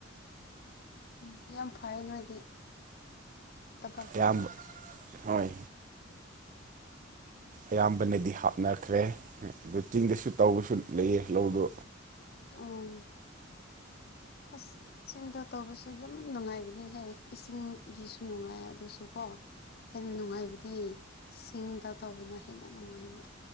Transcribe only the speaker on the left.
ꯎꯝ ꯌꯥꯝ ꯐꯩ ꯅꯣꯏꯗꯤ꯫ ꯊꯕꯛ ꯇꯧꯕ
ꯑꯣ ꯑꯁ꯫ ꯆꯤꯡꯗ ꯇꯧꯕꯁꯨ ꯌꯥꯝ ꯅꯨꯡꯉꯥꯏꯕꯅꯤꯍ‌ꯦ ꯏꯁꯤꯡꯒꯤꯁꯨ ꯅꯨꯡꯉꯥꯏꯌꯦ ꯑꯗꯨꯁꯨ ꯀꯣ꯫ ꯍꯦꯟꯅ ꯅꯨꯡꯉꯥꯏꯕꯗꯤ ꯁꯤꯡꯗ ꯇꯧꯕꯅ ꯍꯦꯟꯅ ꯅꯨꯡꯉꯥꯏꯕ꯫